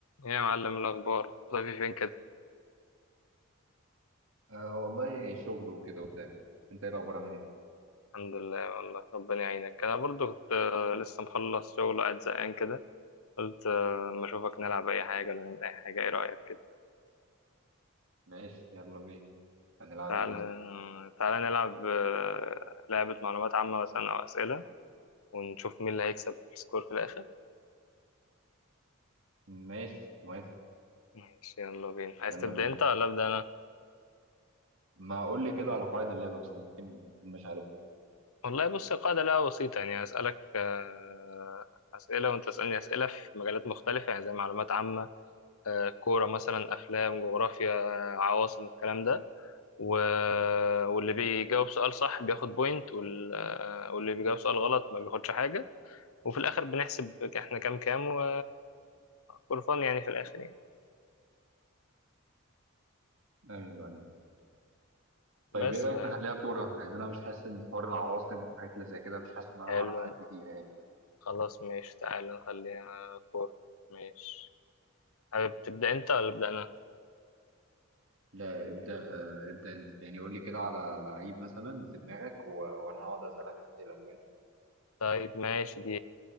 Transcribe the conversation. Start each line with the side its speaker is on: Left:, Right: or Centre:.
Left: إيه يا معلم الأخبار طيب فين كده
Right: آه والله شغل وكده وبتاع انت ايه الاخبار عامل ايه
Left: الحمد لله والله ربنا يعينك أنا برضو كنت آه، لسه مخلص شغل وقاعد زهقان كده قلت آه، أما أشوفك نلعب أي حاجة ولا نعمل أي حاجة إيه رأيك كده
Right: ماشي يلا بينا هنلعب
Left: تعال
Right: ايه مثلا
Left: آه، تعال نلعب آه، لعبة معلومات عامة مثلا أو أسئلة ونشوف مين اللي هيكسب السكور في الآخر
Right: ماشي موافق
Left: ماشي يلا بينا عايز
Right: يلا
Left: تبدأ
Right: بينا
Left: أنت ولا أبدأ أنا؟
Right: ما اقول لي كده على قواعد اللعبه عشان ممكن أكون مش عارف
Left: والله بص القاعدة لعبة بسيطة يعني هسألك آه، أسئلة وأنت تسألني أسئلة في مجالات مختلفة يعني زي معلومات عامة آه، كورة مثلا أفلام جغرافيا آه، عواصم الكلام ده و... واللي بيجاوب سؤال صح بياخد بوينت وال... آه، واللي بيجاوب سؤال غلط ما بياخدش حاجة وفي الآخر بنحسب احنا كام كام و فور فن يعني في الآخر يعني
Right: ايوه ايوه طيب
Left: بس
Right: ايه رايك
Left: ف
Right: نخليها كوره لان انا مش حاسس ان حوار العواصم والحاجات اللي زي كده مش حاسس ان انا
Left: حلو
Right: هعرف ادي فيها يعني
Left: خلاص ماشي تعالى نخليها كورة ماشي حابب تبدأ أنت ولا أبدأ أنا؟
Right: لا ابدا آه ابدا انت يعني قول لي كده على لعيب مثلا في دماغك و... وانا هقعد اسالك اسئله فاهم يعني
Left: طيب ماشي دي